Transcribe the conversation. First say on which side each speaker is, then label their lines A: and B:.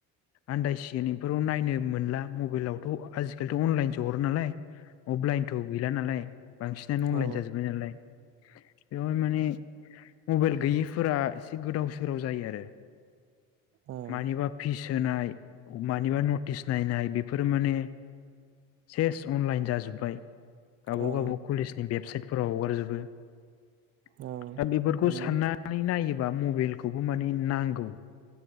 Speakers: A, on the left; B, on the right.
A: आन्दायसिगोन इफोराव नायनो मोनला मबाइलावथ' आजिखालिथ' अनलाइनसो हरो नालाय अफलाइनथ' गैला नालाय बांसिन अनलाइन
B: औ
A: जाजोबबाय नालाय बेवहाय माने मबाइल गैयिफोरा एसे गोदाव सोराव जायो आरो
B: ओं
A: मानिबा फिस होनाय मानिबा न थिस नायनाय बेफोरो माने सेस अनलाइन जाजोब्बाय गाबाव
B: ओं
A: गाबाव कलेस बेबसाइटफोराव हगारजोबो दा
B: औ
A: बेफोरखौ
B: नंगौ
A: साननानै नायो ब्ला मबेलखौबो माने नांगौ